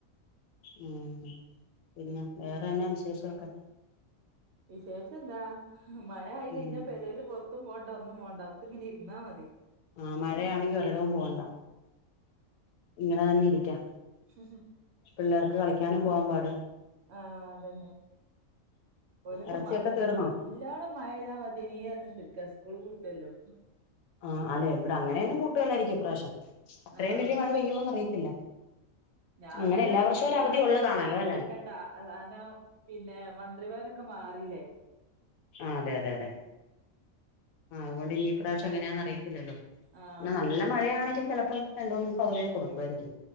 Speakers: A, on the left; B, on the right.
A: ഉം പിന്നെ വേറെ എന്ന്നാ വിശേഷാെക്കെ
B: വിശേഷന്താ മഴ ആയി
A: ഉം
B: കഴിഞ്ഞാ പെരേൽ പാെറത്തും പോ ണ്ട ഒന്നും പോ അവ്ത്ത്ങ്ങനെ ഇര്ന്നാ മതി
A: ആ മഴയാണെങ്കി ഒരിടവും പോകണ്ട ഇങ്ങനെ തന്നെ ഇരി ക്ക
B: ഉം ഉം
A: പിള്ളേർക്ക് കളിക്കാനും പോവാൻ പാട്
B: ആ അതന്നെ ഓൽപ്പം
A: ഇറച്ചിയൊക്കെ
B: മ
A: തീർന്നോ
B: നല്ലോണം മയയ്താ മത്യേനീ പറഞ്ഞുത്തർക്ക സ്കൂള് പു എല്ലോ
A: ആഹ അല്ലെ ഇവിടെ അങ്ങനെയൊന്നും പൂട്ടിലായിയിരിക്കും ഇപ്രേവശ്യം അത്രയും
B: ആഹ്
A: വല്യ മഴ പെയ്യോന്ന് അറിയത്തില്ല
B: ഞാൻ
A: അങ്ങനെ
B: ഓലൊണ്ട്
A: എല്ലാ
B: പറഞ്ഞു
A: വർഷവും
B: വല്ലാതെ
A: ഒരു അവധി ഉള്ളതാണല്ലോ
B: നിങ്ങളെ ആരംഭിക്കണ്ട
A: അല്ലെ
B: കാരണം പിന്നെ മന്ത്രിമാരൊക്കെ മാറി റില്ലേ
A: ആ അതെ അതെ അതെ ആ അതുകൊണ്ട് ഇനി ഇപ്രാവശ്യം എങ്ങനാന്നറയിത്തില്ലോ
B: ആഹ്
A: പിന്നെ നല്ല മഴയാണെങ്കിൽ ചിലപ്പ രണ്ട് മൂന്നിസം അവധി കൊടുക്കുമായിരിക്കും